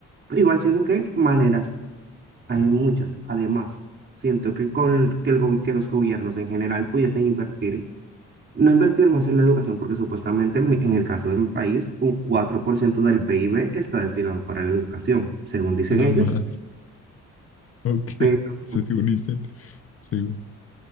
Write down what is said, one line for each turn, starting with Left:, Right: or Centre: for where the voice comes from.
Right: pero igual siento que maneras Hay muchas. Además, siento que, con, que, el, gobi- que los gobiernos en general pudiesen invertir, no invertir más en la educación, porque supuestamente en, mi- en el caso de mi país, un 4% del PIB está destinado para la educación, según dicen
Left: la
Right: ellos,
Left: madre. Ok,
Right: pero,
Left: eso según dicen. Según,